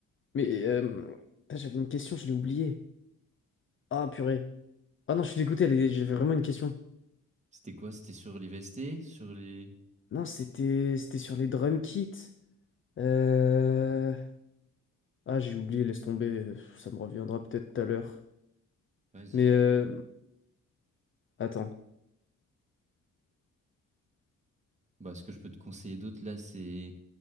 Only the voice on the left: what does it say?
Mais euh, putain, j'avais une question, je l'ai oubliée. Ah purée. Ah non, je suis dégoûté, elle est- j'avais vraiment une question.
Non, c'était c'était sur les drum kits. Euh... Ah, j'ai oublié, laisse tomber, euh, ça me reviendra peut-être tout à l'heure.
Mais euh, attends.